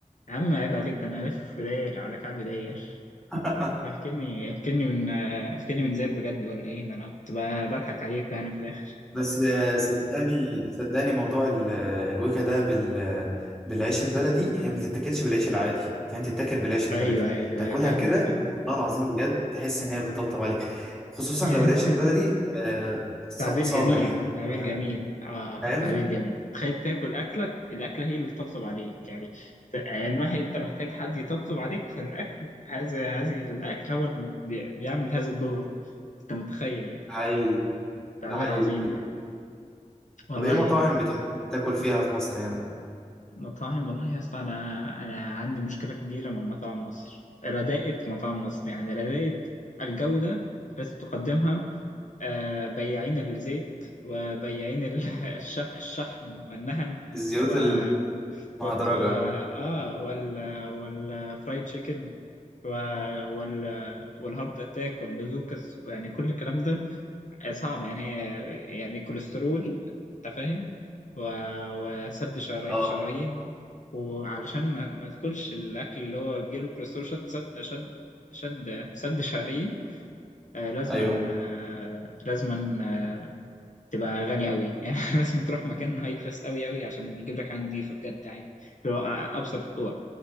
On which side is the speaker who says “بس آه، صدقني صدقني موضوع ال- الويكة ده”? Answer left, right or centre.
Centre